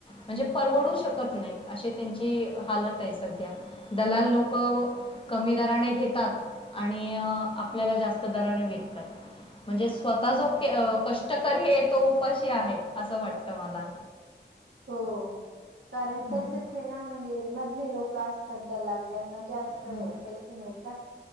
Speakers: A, on the left (about 30°); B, on the right (about 85°).
A: म्हणजे परवडू शकत नाही. अशी त्यांची हालत आहे सध्या. दलाल लोक कमी दराने घेतात आणि आपल्याला जास्त दराने विकतात. म्हणजे स्वतः जो कष्टकरी आहे तो उपाशी आहे असं वाटत मला.
B: हो. कारण
A: हम्म,
B: तसेच हे ना म्हणजे. मधले लोक असतात दलाल त्यांना. जास्त
A: हम्म.
B: पैसे मिळत. का.